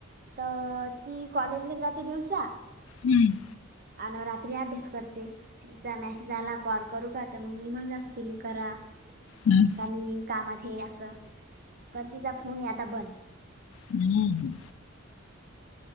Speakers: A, on the right; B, on the left.
A: तर ती कॉलेजला जाते दिवसा
B: हम्म
A: अन रात्री अभ्यास करते तिचा मॅसे आला कॉल करू का? तर मग मी म्हण असं तरी करा.
B: हम्.
A: आणि कामात हे असं पण तिचा फोन आहे आता बंद.
B: हम्म.